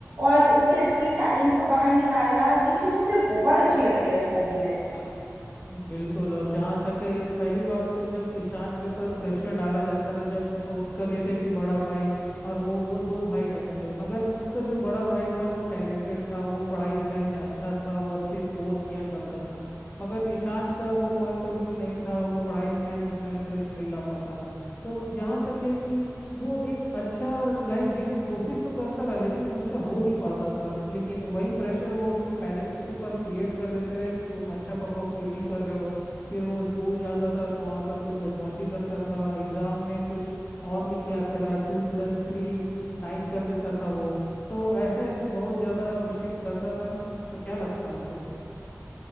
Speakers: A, on the right; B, on the left.
A: और उसके असली टैलेंट को बाहर निकाला ये चीज़ मुझे बहुत अच्छी लगती है इस मूवी में
B: बिल्कुल और जहाँ तक है पहली बात तो जब ईशान के ऊपर प्रेशर डाला जाता रहा जब उनका जैसे कि बड़ा भाई और वो वो दो भाई रहते रहे मगर उनका जो बड़ा भाई था वो टैलेंटेड था वो पढ़ाई लिखाई में अच्छा था वो अच्छे स्कोर्स किया करता था मगर ईशान का वो पॉइंट ऑफ व्यू नहीं था वो पढ़ाई लिखाई में उतना इंटरेस्ट नहीं ला पाता रहा तो जहाँ तक है कि वो एक अच्छा लाइफ जीने की कोशिश तो करता रहा लेकिन उससे हो नहीं पाता था लेकिन वही प्रेशर वो उसके पेरेंट्स उसके पर क्रिएट कर देते रहे कि तुम अच्छा परफॉर्म क्यों नहीं कर रहे हो फिर वो स्कूल जाता था तो वहाँ पर कुछ बदमाशी करता था एग्जाम में कुछ और लिख के आता रहा टू प्लस थ्री नाइन कर देता था वो तो ऐसे ऐसे बहुत ज़्यादा मिस्टेक्स करता था तो क्या लगता है आपको